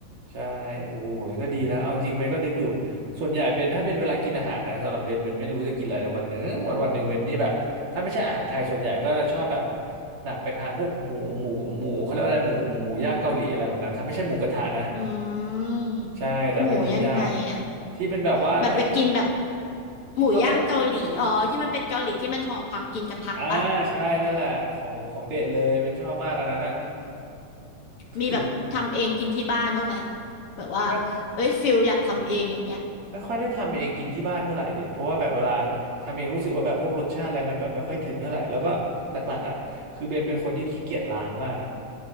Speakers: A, on the right (about 60°); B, on the left (about 50°).
A: ใช่โอ้โหนี่ก็ดีนะเอาจริงเบนก็นึกอยู่ส่วนใหญ่เบนถ้าเป็นเวลากินอาหารนะสำหรับเบนเบนไม่รู้จะกินอะไรเลยวันหนึงวันวันหนึ่งเบนนี่แบบถ้าไม่ใช่อาหารไทยส่วนใหญ่ก็จะชอบแบบหนักไปทางพวกหมูหมูหมูเขาเรียกว่าอะไรหมูหมูย่างเกาหลีอะไรแบบนั้นครับไม่ใช่หมูกระทะนะ
B: อืม
A: ใช่แต่เป็นหมูย่าง
B: หมูยังไงอ่ะ
A: ที่เป็นแบบว่าเฮ้ย
B: แบบไปกินแบบ
A: ที่เขาเป็น
B: หมูย่างเกาหลีอ๋อที่มันเป็นเกาหลีที่มันห่อผักกินกับผักปะ
A: อ่าใช่นั่นแหละของของเด็ดเลยเป็นชอบมากอันนั้นอะ
B: มีแบบทำเองกินที่บ้านบ้างไหม
A: ถึง
B: แบบว่า
A: ไม่
B: เอ้ยฟิลอยากทำเองอย่างเงี้ย
A: ไม่ค่อยได้ทำเองกินที่บ้านเท่าไหร่ดิเพราะว่าแบบเวลาทำเองรู้สึกว่าแบบพวกรสชาติอะไรมันแบบไม่ค่อยถึงเท่าไหร่แล้วก็หลักๆอะคือเบนเป็นคนที่ขี้เกียจล้างมาก